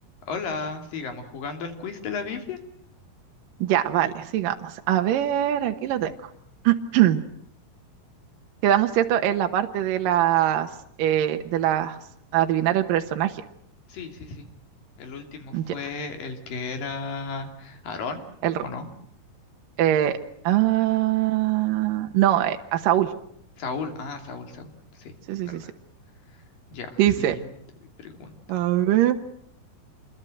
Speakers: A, on the left (about 65°); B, on the right (about 70°).
A: Hola, sigamos jugando el quiz de la Biblia.
B: Ya, vale, sigamos. A ver, aquí lo tengo. <clears throat> Quedamos, ¿cierto?, en la parte de las, eh, de las, adivinar el personaje.
A: Sí, sí, sí. El último fue
B: Ya,
A: el que era Aarón,
B: el, r-
A: ¿o no?
B: eh, ah, no, eh, a Saúl.
A: Saúl, ah, Saúl, Saúl. Sí,
B: Sí, sí,
A: verdad.
B: sí, sí.
A: Ya,
B: Dice,
A: siguiente pregunta.
B: a ver.